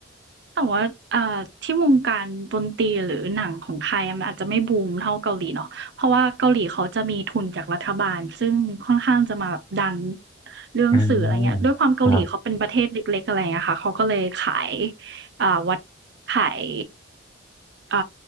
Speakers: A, on the right; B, on the left.
A: แต่ว่าอ่าที่วงการดนตรีหรือหนังของไทยอะมันอาจจะไม่บูมเท่าเกาหลีเนาะเพราะว่าเกาหลีเขาจะมีทุนจากรัฐบาลซึ่งค่อนข้างจะมาแบบดันเรื่องสื่ออะไรเงี้ยด้วยความเกาหลีเขาเป็นประเทศเล็กๆอะไรเงี้ยค่ะเขาก็เลยขาย
B: อ่าครับ
A: อ่าวัดขายอ่า